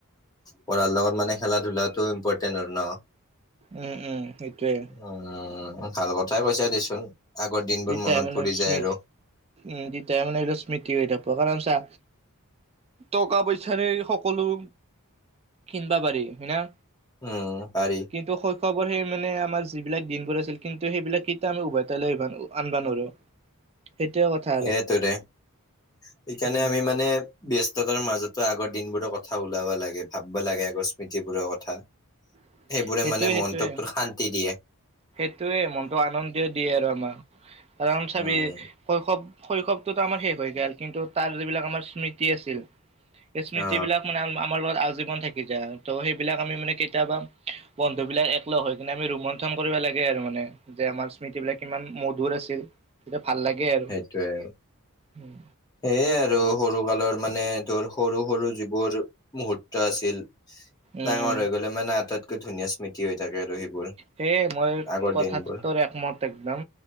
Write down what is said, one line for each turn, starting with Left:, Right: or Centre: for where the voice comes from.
Left: পঢ়াৰ লগত মানে খেলা ধূলাটো ইম্পৰ্টেণ্ট আৰু ন?
Right: উম, উম সেইটয়োৱে।
Left: অ', ভাল কথাই কৈছা দেচোন আগৰ দিনবোৰ
Right: তেতিয়াই
Left: মনত
Right: মানে
Left: পৰি
Right: স্মৃতি
Left: যায় আৰু।
Right: উম, তেতিয়া মানে এই বিলাক স্মৃতি হৈ থাকিব। কাৰণ চা টকা পইচাৰে সক সকললো কিনবা পাৰি হয়না।
Left: অ', পাৰি।
Right: কিন্তু শৈশৱৰ সেই মানে আমাৰ যিবিলাক দিনবোৰ আছিল, কিন্তু সেইবিলাক কেইটা আমি উভয়তাই লৈ আহব নৰো। আনবা নৰো। সেইটোয়ে কথা।
Left: সেইটো দে, সেইকাৰণে
Right: উম
Left: আমি মানে ব্যস্ততাৰ মাজতো আগৰ দিনবোৰৰ কথা ওলাব লাগে ভাববা লাগে আগৰ স্মৃতিবোৰৰ কথা।
Right: <unintelligible>
Left: এইবোৰে
Right: সেইটোৱে
Left: মানে মনটোক
Right: সেইটোৱে
Left: তোৰ শান্তি দিয়ে।
Right: সেইটোৱে মনটো আনন্দ দিয়ে আৰু আমাৰ, কাৰণ চাবি
Left: উম
Right: শৈশৱ শৈশৱটোতো আমাৰ শেষ হৈ গ'ল কিন্তু তাৰ যিবিলাক আমাৰ স্মৃতি আছিল সেই স্মৃতিবিলাক
Left: অ
Right: মানে আমাৰ লগত আজীৱন থাকি যায়। ত' সেইবিলাক আমি মানে কেতিয়াবা বন্ধু বিলাক একলগ হৈ কিনে আমি ৰোমন্থন কৰিব লাগে আৰু মানে। যে আমাৰ স্মৃতি বিলাক কিমান মধুৰ আছিল, তেতিয়া ভাল লাগে আৰু।
Left: সেইটোৱে।
Right: উম,
Left: সেয়ে আৰু সৰু কালৰ মানে তোৰ সৰু সৰু যিবোৰ মুহূৰ্ত আছিল,
Right: উম,
Left: ডাঙৰ হৈ গ'লে মানে আটাইতকৈ ধুনীয়া ম্মিতি হৈ থাকে সেইবোৰ।
Right: সেয়েই মই
Left: আগৰ
Right: কথাটোতোৰ
Left: দিনবোৰ
Right: একমত একদম।